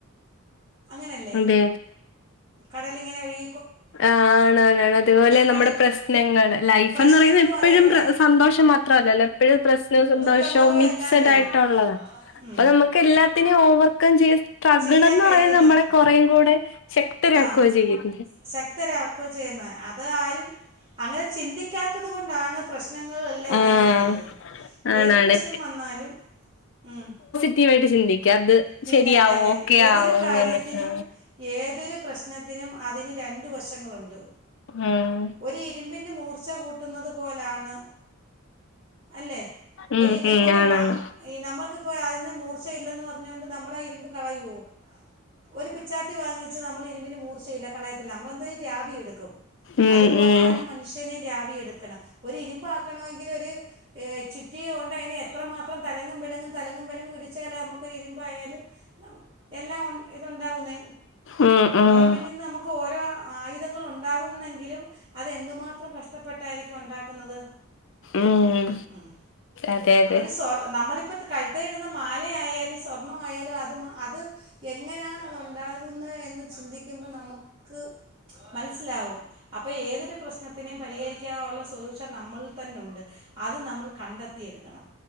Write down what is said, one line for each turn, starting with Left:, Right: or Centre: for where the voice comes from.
Right: അങ്ങനല്ലേ
Left: അതെ
Right: കടലിങ്ങനെ ഒഴി
Left: ആഹ് ആണ് ആണ് ആണ് അതുപോലെ നമ്മുടെ
Right: കടൽ
Left: പ്രസ്നങ്ങൾ ലൈഫ്ന്ന്
Right: പ്രശ്നങ്ങളും
Left: പറയുന്ന എപ്പഴും
Right: അതേപോലെ
Left: സന്തോഷം മാ ത്ര അല്ലല്ലോ എപ്പഴും പ്രസ സന്തോഷം
Right: ദുഃഖങ്ങളും
Left: മിക്സെഡായിട്ടൊള്ളതാ
Right: എല്ലാം വരും ഉം
Left: അത് നമ്മെക്ക് എല്ലാത്തിനേം ഓവർകം ചെയ്യ സ് ട്രകിളെന്ന്
Right: ചെയ്യാൻ കഴിയണം
Left: പറയുന്നേ നമ്മെളെ കൊറേയും കൂടെ ശക്തരാക്കുക
Right: ആ
Left: ചെയ്യുന്നേ.
Right: ശക്തരാക്കുക ചെയ്യുന്നേ. അത് ആരും അങ്ങനെ ചിന്തിക്കാത്തത് കൊണ്ടാണ് പ്രശ്നങ്ങൾ എല്ലാം ഉടലെടുക്കുന്നത്.
Left: ആഹ് ആണാണ്.
Right: ഏത് പ്രശ്നം വന്നാലും ഉം
Left: കൃത്യയായ്ട്ട് ചിന്തിക്ക അത്
Right: പിന്നല്ലാതെ
Left: ശരിയാവോ ഓക്കെയാവോ
Right: ഏതൊരു
Left: അങ്ങെനൊക്കെ
Right: കാര്യത്തിനും ഏതൊരു പ്രശ്നത്തിനും അതിന് രണ്ട് വശങ്ങളുണ്ട്.
Left: ഉം
Right: ഒരു ഇരുമ്പിന്റെ മൂർച്ചാ കൂട്ടുന്നത് പോലാണ്. അല്ലേ?
Left: ഉം
Right: ഒരു ഇരുമ്പിന്
Left: ഉം ആണാണ്.
Right: വ ഈ നമ്മെക്കിപ്പോ അതിന് മൂർച്ചയില്ലെന്ന് പറഞ്ഞോണ്ട് നമ്മെളാ ഇരു മ്പ് കളയുവോ? ഒരു പിച്ചാത്തി വാങ്ങിച്ച് നമ്മള് ഇരുമ്പിന് മൂർച്ചയില്ല കളയത്തില്ല നമ്മളെന്തോ ചെയ്യും രാവി എടുക്കും.
Left: ഉം
Right: അതുപോലെയാണ്
Left: ഉം
Right: മനുഷ്യനെയും രാവിയെടുക്കണം. ഒരു ഇരുമ്പാക്കണമെങ്കിലൊര് ഏഹ് ചുറ്റിയ കൊണ്ട് അതിനെ എത്രമാത്രം തലങ്ങും വിലങ്ങും തലങ്ങും വിലങ്ങും ഇടിച്ചാല നമ്മ. ക്കൊരു ഇരുമ്പായാല് നമു എല്ലാം ഉൻ ഇത് ഉണ്ടാവുന്നേ.
Left: ഉം ഉം
Right: ഇരുമ്പിന് ഇന്ന് നമ്മെക്ക് ഓരോ ആയുധങ്ങൾ ഉണ്ടാകുന്നെങ്കിലും. അത് എന്തുമാത്രം കഷ്ടപ്പെട്ടായിരിക്കും ഉണ്ടാക്കുന്നത്?
Left: ഉം
Right: ഉം
Left: അതെ അതെ.
Right: ഒരു സ് തൊർ നമ്മളിപ്പ കഴുത്തേയിടുന്ന മാലയായാലും സ്വർണ്ണം ആയാലും അത് മ അത് എങ്ങനെയാണ് അത് ഉണ്ടാകുന്നതെന്ന് ചിന്തിക്കുമ്പം നമ്മുക്ക് മനസ്സിലാവും. അപ്പ ഏതൊരു പ്രശ്നത്തിനെം പരിഹരിക്കാനൊള്ള സൊല്യൂഷൻ നമ്മളിൽ തന്നുണ്ട്. അത് നമ്മൾ കണ്ടെത്തിയെടുക്കണം.